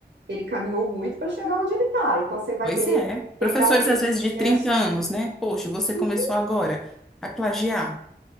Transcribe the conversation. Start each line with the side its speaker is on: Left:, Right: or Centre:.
Right: ele caminhou muito para chegar onde ele está. Então você vai
Centre: Pois
Right: querer
Centre: é. Professores,
Right: pegar o quê?
Centre: às
Right: O
Centre: vezes,
Right: sucesso?
Centre: de 30 anos, né? Poxa, você começou
Right: Sim,
Centre: agora a plagiar?